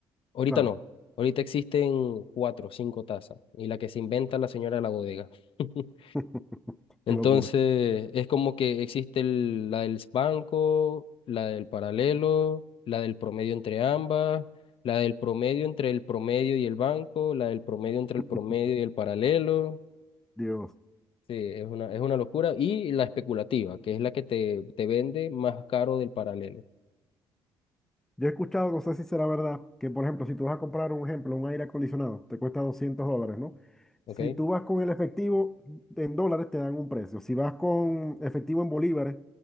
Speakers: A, on the left; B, in the centre.
A: Ahorita
B: claro.
A: no. Ahorita existen cuatro o cinco tasas y la que se inventa la señora de la bodega. <laughs>
B: <laughs> Qué
A: Entonces,
B: locura.
A: es como que existe el- la del banco, la del paralelo, la del promedio entre ambas, la del promedio entre el promedio y el banco, la del promedio entre
B: <laughs>
A: el promedio y el paralelo.
B: Dios.
A: Sí, es una, es una locura. Y la especulativa, que es la que te, te vende más caro del paralelo.
B: Yo he escuchado, no sé si será verdad, que por ejemplo, si tú vas a comprar un ejemplo, un aire acondicionado, te cuesta 200 dólares, ¿no?
A: ¿Ok?
B: Si tú vas con el efectivo en dólares, te dan un precio. Si vas con efectivo en bolívares,